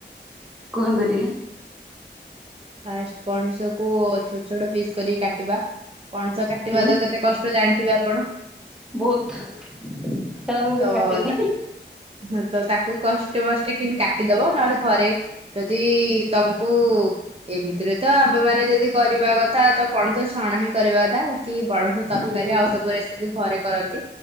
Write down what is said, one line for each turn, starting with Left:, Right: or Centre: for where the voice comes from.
Centre: କୁହନ୍ତୁ ଟିକେ।
Right: ଫାଷ୍ଟ ପଣିସ କୁ ଛୋଟ ଛୋଟ ପିସ୍ କରି କାଟିବା ପଣସ କାଟିବା
Centre: ହୁଁ
Right: ତ କେତେ କଷ୍ଟ ଜାଣିଥିବେ ଆପଣ।
Centre: ବହୁତ ସେରା ମୁଁ
Right: ତ
Centre: କେବେ କାଟୀନି।
Right: ହଁ ତ ତାକୁ କଷ୍ଟେ ମଷ୍ଟେ କିମିତି କାଟିଦବ ନହେଲେ ଘରେ ଯଦି ତମକୁ ଏମିତିରେ ତ ଆମେମାନେ ଯଦି କରିବା କଥା ତ ପଣସ ଛଣା ହିଁ କରିବା କଥା ବାକି ପଣସ ତରକାରୀ
Centre: ହୁଁ ହୁଁ।
Right: ଆଉ ସବୁ ରେସ ସେ ବି ଘରେ କରନ୍ତି